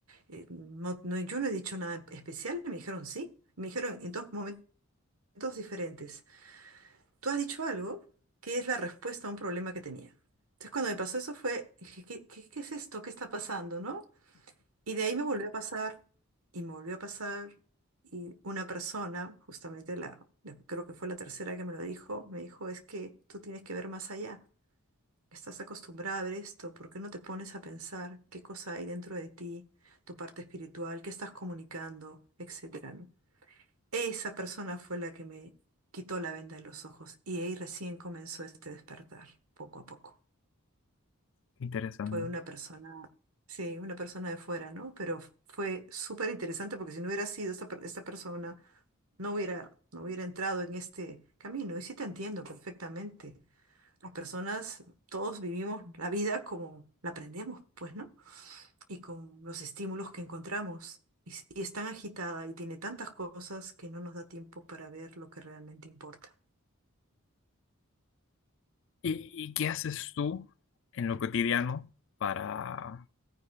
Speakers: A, on the right (about 85°); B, on the left (about 60°).
A: eh, no, no- yo no he dicho nada especial, y me dijeron sí. Me dijeron en dos momentos diferentes. Tú has dicho algo que es la respuesta a un problema que tenía. Entonces, cuando me pasó eso fue, dije, ¿qué, qué, qué es esto? ¿Qué está pasando, no? Y de ahí me volvió a pasar, y me volvió a pasar, y una persona, justamente la, la- creo que fue la tercera que me lo dijo, me dijo, es que tú tienes que ver más allá. Estás acostumbrada a ver esto, ¿por qué no te pones a pensar qué cosa hay dentro de ti, tu parte espiritual, qué estás comunicando, etcétera, ¿no? Esa persona fue la que me quitó la venda de los ojos y ahí recién comenzó este despertar, poco a poco.
B: <laughs> interesante.
A: Fue una persona, sí, una persona de fuera, ¿no? Pero f- fue súper interesante porque si no hubiera sido esta, per- esta persona, no hubiera, no hubiera entrado en este camino. Y sí te entiendo perfectamente las personas, todos vivimos la vida como la aprendemos, pues, ¿no? Y con los estímulos que encontramos. Y, s- y es tan agitada y tiene tantas cosas que no nos da tiempo para ver lo que realmente importa.
B: ¿Y, y qué haces tú en lo cotidiano para